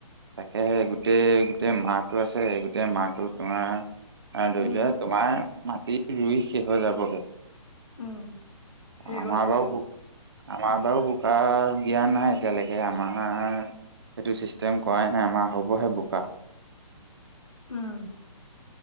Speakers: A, on the right (about 45°); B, on the left (about 65°).
A: তাকেহে গোটেই গোটেই মাহটো আছে, স গোটেই মাহটো তোমাৰ আৰু ধৰি
B: উম,
A: লোৱা তোমাৰ মাটি ৰুই শেষ হৈ যাবগে।
B: উম, শেষ
A: আমাৰ
B: হৈ যাবগে
A: বা
B: আৰু
A: আমাৰ বাও গ্ৰুপ কৰা দিয়া নাই এতিয়ালৈকে আমাৰ এইেইটো চিষ্টেম কৰাই নাই আমাৰ হ'বহে বোকা।
B: উম।